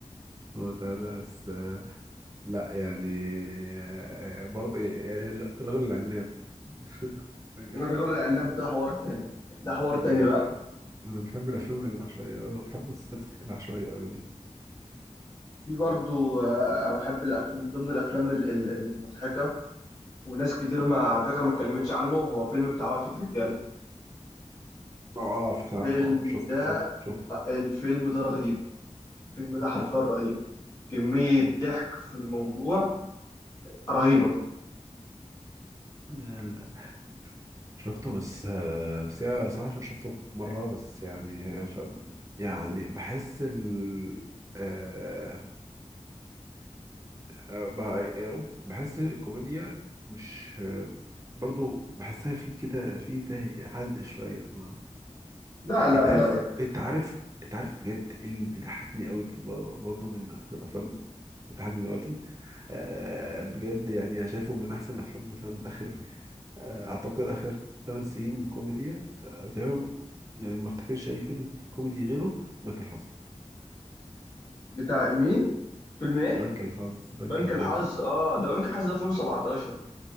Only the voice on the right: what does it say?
هو ده ده، بس آه، لا يعني آه، آه، برضه يعني الرجل العناب <laughs> فاكر
ده
ده انا بحب الافلام العشوائيه أوي، بحب المسلسلات العشوائيه قوي دي
اه آه، فاكر عارفه
اه شفته
شفته شفته
<laughs>
يلا. شفته بس آه، بس يعني انا صراحة عشان شفته مرة بس يعني ف... يعني بحس ال آه، آه، ب- بحس الكوميديا مش آه، برضو بحسها في كده في زي حزق شوية ما
انت عارف
انت عارف انت عارف بجد إيه اللي بيضحكني قوي دل- برضو من اكتر الافلام اللي بتضحكني دلوقتي آه، بجد يعني انا شايفه من احسن الافلام مثلا اخر آه، اعتقد اخر 8 سنين كوميديا آه، تمام يعني ما افتكرش اي فيلم كوميدي غيره بنك الحظ
بنك الحظ بنك
الحظ